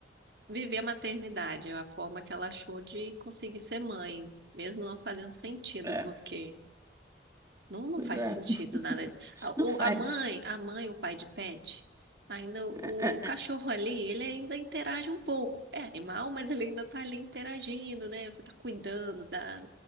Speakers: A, on the right; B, on the right.
A: viver a maternidade, é a forma que ela achou de conseguir ser mãe, mesmo não fazendo sentido,
B: É,
A: porque não, não
B: pois
A: faz
B: é.
A: sentido
B: <laughs>
A: nada. A-
B: Não
A: O,
B: faz.
A: a mãe, a mãe, o pai de pet, ainda o,
B: É, é,
A: o cachorro
B: é.
A: ali, ele ainda interage um pouco. É animal, mas ele ainda tá ali interagindo, né? Você tá cuidando da...